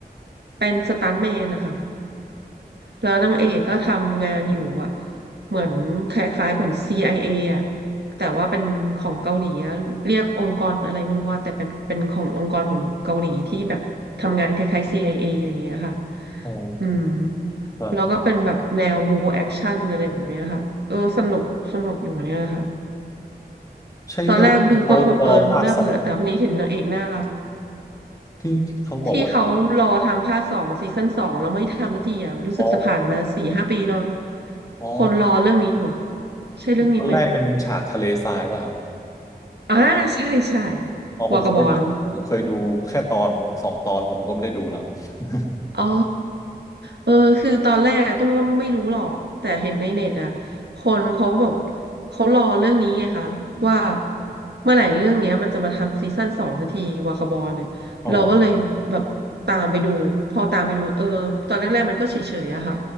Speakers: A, on the right; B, on the left.
A: เป็นสตันท์แมนนะคะ แล้วนางเอกก็ทำงานอยู่อ่ะเหมือนคล้ายๆเหมือน CIA อเออ่ะแต่ว่าเป็นของเกาหลีอะเรียกองค์กรอะไรไม่รู้ว่าแต่เป็นเป็นขององค์กรของเกาหลีที่แบบทำงานคล้ายๆ CIA อเออะไรอย่างเงี้ยค่ะ
B: อ๋อ
A: อืม
B: ครับ
A: แล้วก็เป็นแบบแนวบูแอคชั่นอะไรแบบเนี้ยค่ะเออสนุกสนุกอยู่เหมือนกันนะคะ
B: ใช่เรื่องที่เขารอภาคสอง
A: ตอนแรกดูก็แบบเออน่าเบื่อแต่คนนี้เห็นนางเอกน่ารัก
B: ที่ที่เขาบอกว่า
A: ที่เขารอทำภาคสองซีซั่นสองแล้วไม่ทำสักทีอ่ะรู้สึกจะผ่านมาสี่ห้าปีแล้ว
B: อ๋ออ๋อ
A: คนรอเรื่องนี้อยู่อ่ะใช่เรื่องนี้ไหม
B: ตอนแรกเป็นฉากทะเลทรายป่ะครับ
A: อ่าใช่ใช่
B: อ๋อผมเคยผมเคยดูแค่ตอนสองตอนผมก็ไม่ได้ดูละ
A: วากาบอล
B: <laughs>
A: อ๋อเออคือตอนแรกอะตุ้มก็ไม่รู้หรอกแต่เห็นในเน็ตอะคนเขาก็บอกเขารอเรื่องนี้ไงคะว่าเมื่อไหร่เรื่องเนี้ยมันจะมาทำซีซั่นสองสักทีวาคาบอลเนี่ยเราก็เลยแบบตามไปดูพอตามไปดูเออตอนแรกๆมันก็เฉยๆอะค่ะ
B: อ๋อ